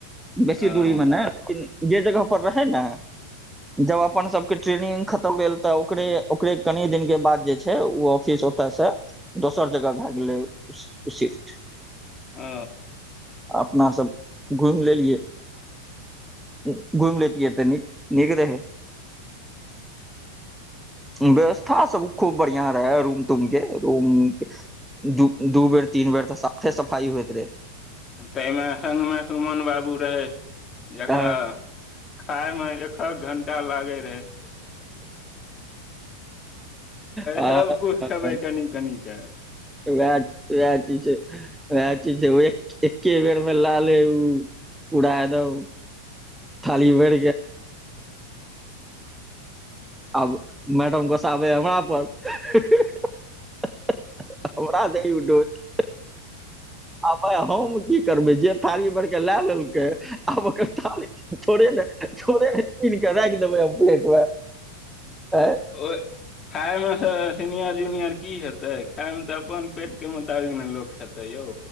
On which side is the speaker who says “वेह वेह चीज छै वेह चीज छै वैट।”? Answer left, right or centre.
Centre